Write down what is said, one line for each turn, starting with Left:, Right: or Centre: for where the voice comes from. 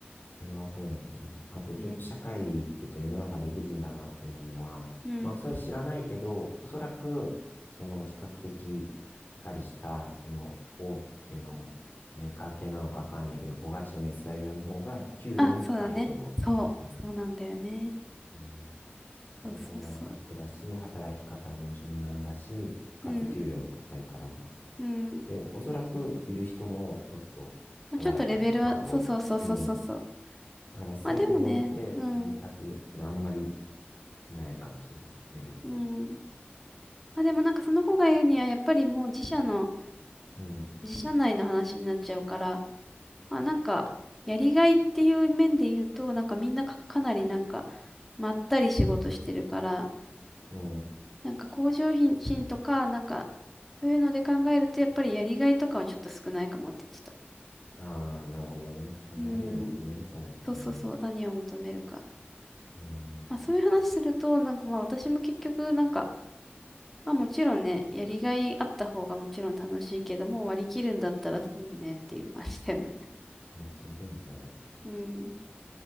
Left: それはそうだと思う。あと、ちょっと社会っていうか世の中理不尽だなって思うのは、
Centre: うん。うん。
Left: まあ、それ知らないけど、おそらく、その比較的しっかりした、その大手のメーカー系なのかわかんないけど、子会社の SIR の方が給料も高いと思う。
Centre: あ、そうだね。そう、
Left: うん。
Centre: そうなんだよね。
Left: うん、
Centre: そうそうそう。
Left: 仕事も楽だし、働き方も柔軟だし、かつ給料も高いから。
Centre: うん、うん。
Left: で、おそらくいる人もちょっと穏やかな人が多い。
Centre: まあ、ちょっとレベルは、そうそうそうそうそうそう。
Left: うん。だから全てにおいて二択、
Centre: まあでもね、うん、
Left: あんまりないかもしれない。メリットは。
Centre: うん。まあでもなんかその子が言うには、やっぱりもう自社の、
Left: うん。
Centre: 自社内の話になっちゃうから、まあなんか、やりがいっていう面で言うと、なんかみんなか、かなりなんか、まったり仕事してるから、
Left: うん。
Centre: なんか向上心とか、なんか、そういうので考えると、やっぱりやりがいとかはちょっと少ないかもって言ってた。
Left: ああ、なるほどね。まあ、
Centre: うん。
Left: 何を求めるかだけどね。
Centre: そうそうそう。何を求めるか。
Left: うん。
Centre: まあそういう話すると、なんかまあ私も結局、なんか、まあもちろんね、やりがいあった方がもちろん楽しいけども、割り切るんだったらそうねっていう感じだよね。
Left: まあ、その時にね。
Centre: うん。